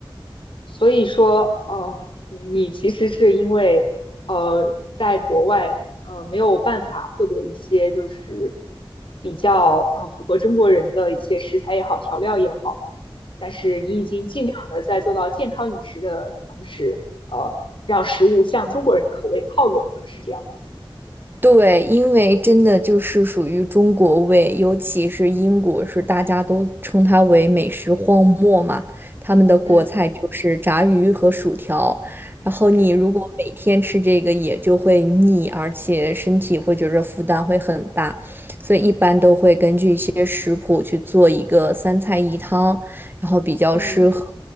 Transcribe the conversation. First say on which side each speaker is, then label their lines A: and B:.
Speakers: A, on the left; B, on the right.
A: 所以说，呃，你你其实是因为，呃，在国外，呃，没有办法获得一些就是比较呃符合中国人的一些食材也好，调料也好，但是你已经尽量的在做到健康饮食的同时，呃，让食物向中国人口味靠拢了，是这样吗？
B: 对，因为真的就是属于中国味，尤其是英国，是大家都称它为美食荒漠嘛。他们的国菜就是炸鱼和薯条，
A: 嗯
B: 然后你如果每天吃这个，
A: 嗯
B: 也就会腻，而且身体会觉得负担会很大，所以一般都会根据一些食谱去做一个三菜一汤，然后比较适合
A: 嗯